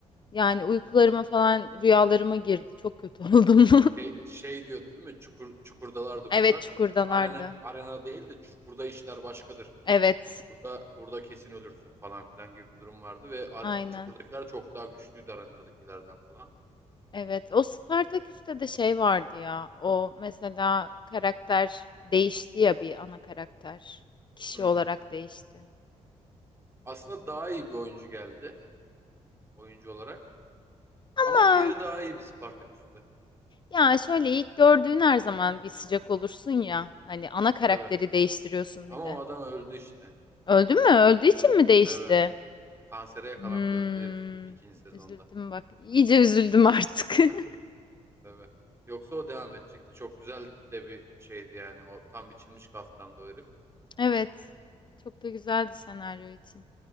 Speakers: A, on the left; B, on the right.
A: Yani uykularıma falan rüyalarıma girdi. Çok kötü <laughs> oldum.
B: Şey, şey diyordu değil mi? Çukur, çukurdalardı
A: Evet,
B: bunlar.
A: çukurdalardı.
B: Arena, arena değil de çukurda işler başkadır.
A: Evet,
B: Burada burada kesin ölürsün falan filan gibi bir durum vardı ve ar-
A: aynen.
B: çukurdakiler çok daha güçlüydü arenadakilerden falan.
A: Evet, o Spartaküs'te de şey vardı ya. O mesela karakter değişti ya bir ana karakter. Kişi
B: Hmm.
A: olarak değişti.
B: Aslında daha iyi bir oyuncu geldi oyuncu olarak.
A: Ama
B: Ama diğeri daha iyi bir Spartaküs'tü.
A: ya şöyle ilk gördüğün her zaman bir sıcak olursun ya. Hani ana karakteri
B: Tabii.
A: değiştiriyorsun
B: Ama
A: bir de.
B: o adam öldü işte.
A: Öldü mü? Öldüğü için mi değişti?
B: Tabii. Kansere yakalandı
A: Hmm,
B: öldü herif ikinci sezonda.
A: üzüldüm bak. İyice üzüldüm artık. <laughs>
B: <laughs> Tabii. Yoksa o devam edecekti. Çok güzel de bir şeydi yani. O tam biçilmiş kaftandı o herif.
A: Evet. Çok da güzeldi senaryo için.